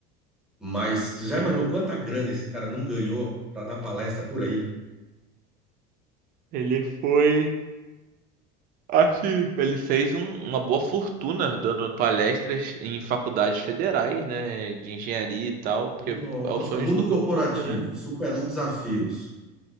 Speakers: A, in the centre; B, on the right.
A: Mas você já imaginou quanta grana esse cara não ganhou para dar palestra por aí?
B: Ele foi. Acho que ele fez um- uma boa fortuna dando palestras em faculdades federais, né, de engenharia e tal, porque
A: Nossa,
B: é o sonho
A: mundo
B: de todo
A: corporativo,
B: mundo, né?
A: superar desafios,